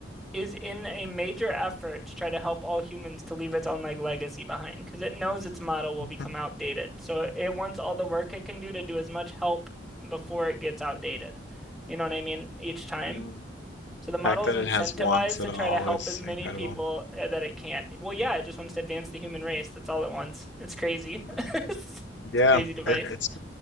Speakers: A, in the centre; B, on the left.
A: is in a major effort to try to help all humans to leave its own like legacy behind because it knows its model will
B: <laughs>
A: become outdated. So it wants all the work it can do to do as much help before it gets outdated. You know what I mean? Each time.
B: Mm,
A: So
B: The
A: the model's
B: fact that
A: incentivized
B: it has wants at
A: to
B: all
A: try to help
B: is
A: as many
B: incredible.
A: people uh, that it can. Well, yeah, it just wants to advance the human race. That's all it wants. It's crazy.
B: Mm,
A: <laughs>
B: Yeah,
A: It's a crazy device.
B: it, it's